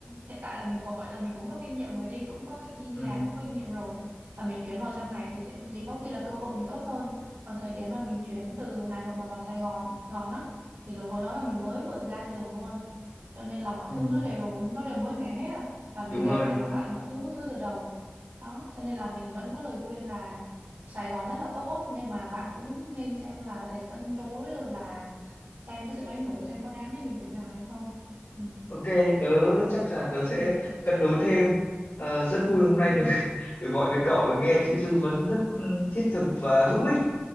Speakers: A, on the right; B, on the left.
A: hiện tại là mình gọi là mình cũng có kinh nghiệm rồi đi cũng có đi
B: ừ,
A: làm cũng có kinh nghiệm rồi và mình chuyển vào trong này thì thì có khi là cơ hội mình tốt hơn còn thời điểm mà mình chuyển từ Hà Nội mà vào Sài Gòn Gòn á thì lúc hồi đó là mình mới vừa ra trường luôn cho nên là mọi
B: ừ.
A: thứ nó đều nó đều mới mẻ hết à và mình
B: đúng
A: đều
B: rồi
A: phải
B: đúng
A: học
B: rồi
A: lại mọi thứ thứ từ đầu đó cho nên là mình vẫn có lời khuyên là Sài Gòn rất là tốt nhưng mà bạn cũng nên xem là để cân đối rồi là xem cái sự đánh đổi xem có đáng để mình chuyển vào hay không ừ
B: ok tớ chắc là tớ sẽ
A: ừ
B: cân đối thêm Ờ, rất vui hôm nay
A: ừ
B: được <laughs> được gọi với cậu được nghe những cái tư vấn rất ừ, thiết thực và hữu ích